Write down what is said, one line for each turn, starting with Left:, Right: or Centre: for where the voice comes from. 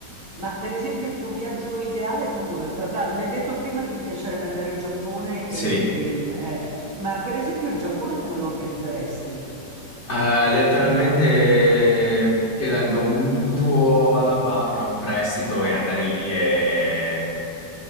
Right: Ma per esempio il tuo viaggio ideale, tu dove... eh, Ma mi hai detto prima che ti piacerebbe andare in Giappone
Left: Sì,
Right: e, e in- eh, ma per esempio il Giappone come lo organizzeresti?
Left: Eh, letteralmente chiedendo un mutuo alla banca, un prestito e andare lì e